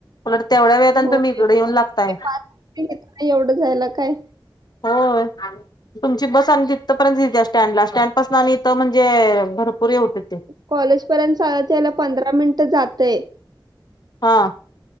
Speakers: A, on the left (about 55°); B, on the right (about 55°).
A: उलटं तेवढ्यां वेळेेतं
B: हो
A: तुम्हीं ईकडे येऊंन लागतांय
B: ते पाच मिनिटं घेतात एवढं जायला काय
A: होयं तुमंची बसं आणि तिथंपर्यंत स्टँडलां स्टँड पासूंन आणि इथं म्हणजे भरंपूर हे होतंय
B: कॉलेज पर्यंत चाल यायला पंधरा मिनिट जातंय.
A: हा